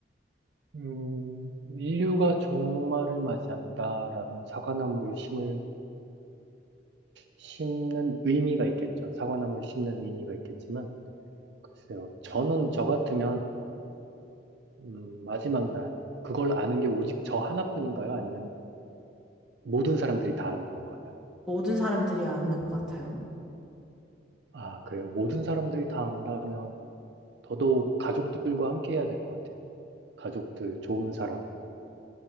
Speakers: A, on the right (about 60°); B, in the centre.
A: 음, 인류가 종말을 맞이한다라는 사과나무를 심을, 심는 의미가 있겠죠. 사과나무를 심는 의미가 있겠지만, 글쎄요. 저는 저 같으면, 음, 마지막 날, 그걸 아는 게 오직 저 하나뿐인가요? 아니면 모든 사람들이 다 아는 건가요?
B: 모든 사람들이 아는 것 같아요.
A: 아, 그래요. 모든 사람들이 다 안다면 더더욱 가족들과 함께 해야 될 것 같아요. 가족들, 좋은 사람.